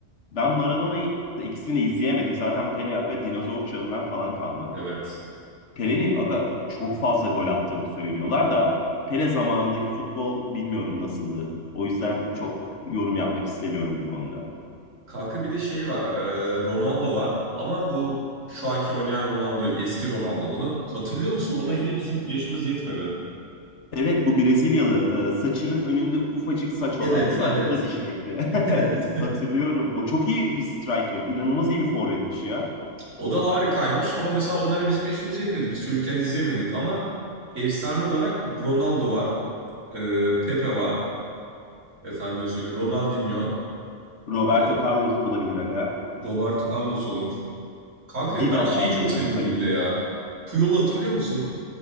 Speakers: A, on the left; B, on the right.
A: ben Maradona'yı ikisini de izleyemedik. Zaten Pele aga dinozor çağından falan kalma.
B: Evet.
A: Pele'nin aga çok fazla gol attığını söylüyorlar da Pele zamanındaki futbol bilmiyorum nasıldı. O yüzden çok yorum yapmak istemiyorum bu konuda.
B: Kanka bir de şey var. e, Ronaldo var. Ama bu şu anki oynayan Ronaldo değil. Eski Ronaldo. Onu hatırlıyor musun? Ona yine bizim yaşımız yetmedi.
A: Evet bu Brezilyalı e, saçının önünde ufacık saç
B: Evet,
A: olan değil
B: evet,
A: mi abi? O da dişlekti.
B: <laughs> evet.
A: <laughs> Hatırlıyorum. O çok iyi bir striker. İnanılmaz iyi bir forvetmiş ya.
B: O da harikaymış ama mesela onlara bizim yaşımız yetmedi. Biz çocukken izleyemedik ama efsane olarak Ronaldo var. e, Pepe var. Efendim söyleyeyim Ronaldinho.
A: Roberto
B: e,
A: Carlos olabilir aga.
B: Roberto Carlos olur. Kanka
A: Dida
B: ben şeyi
A: vardı
B: çok
A: bir
B: seviyordum
A: ara kaleci.
B: bir de ya. Puyol'u hatırlıyor musun?